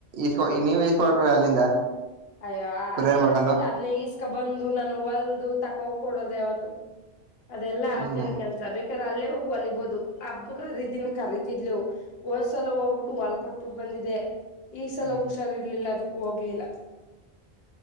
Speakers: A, on the right; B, on the left.
A: ಇಸ್ ನೀವ್ ಇಸ್ ಮಾಡಕೋಿ ಅಲ್ಲಿಂದ
B: ಅಯ್ಯೋ
A: ಕೊರಿಯರ್
B: ಅದಿಲ್ಸ್
A: ಮಾಡ್ಕೊಂಡು
B: ಅದ್ನ ಈಸ್ಕಬಂದು ನಾನು ಒಲ್ದು ತಕೋಹೋಗ್ ಕೊಡೋದ್ ಯಾವತ್ತು ಅದೆಲ್ಲಾ ಆಗ್ದೆ
A: ಹ್ಮ್
B: ಇರ ಕೆಲ್ಸ ಬೇಕಾದ್ರೆ ಅಲ್ಲೇ ಹೋಗಿ ಒಲಿಬೋದು ಹಬ್ಬ ಹರೀದಿನಕ್ ಕರೀತಿದ್ಲು ಹೋದ್ಸಲ ಹೋಗ್ಬಿಟ್ಟು ಹೊಲ್ ಕೊಟ್ಬಿಟ್ಟು ಬಂದಿದ್ದೆ ಈ ಸಲ
A: ಹ್ಮ್
B: ಹುಷಾರಿರ್ಲಿಲ್ಲ ಅದುಕ್ಕೂ ಹೋಗ್ಲಿಲ್ಲ